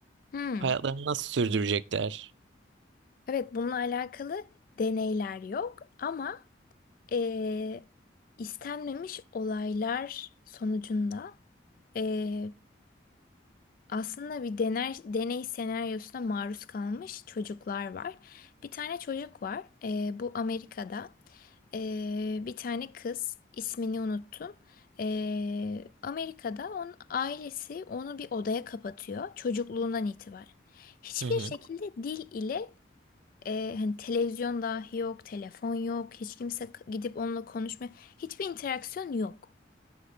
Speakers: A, on the left (about 45°); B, on the right (about 70°).
A: Hmm,
B: Hayatlarını nasıl sürdürecekler?
A: Evet bununla alakalı deneyler yok ama e, istenmemiş olaylar sonucunda e, aslında bir dener, deney senaryosuna maruz kalmış çocuklar var. Bir tane çocuk var. e, bu Amerika'da. E, bir tane kız ismini unuttum. E, Amerika'da onun ailesi onu bir odaya kapatıyor çocukluğundan itibaren. Hiçbir
B: Hı hı.
A: şekilde dil ile e, hani televizyon dahi yok, telefon yok, hiç kimse k- gidip onunla konuşmuyor. Hiçbir interaksiyon yok.